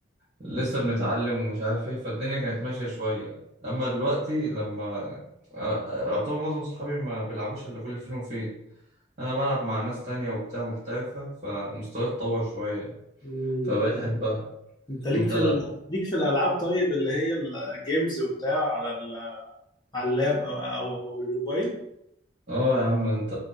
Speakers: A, on the right (about 35°); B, on the left (about 20°).
A: لسه بنتعلم ومش عارف ايه فالدنيا كانت ماشية شوية اما دلوقتي لما آه، اعتبر معظم صحابي ما بيلعبوش الا كل فين وفين انا بلعب مع ناس تانية وبتاع محترفة فمستواي اتطور شوية
B: مم.
A: فبقيت احبها
B: انت ليك
A: انت
B: في ال... ليك في الالعاب طيب اللي هي الجيمز وبتاع على ال... على اللاب او او او أو الموبايل
A: اه يا عم انت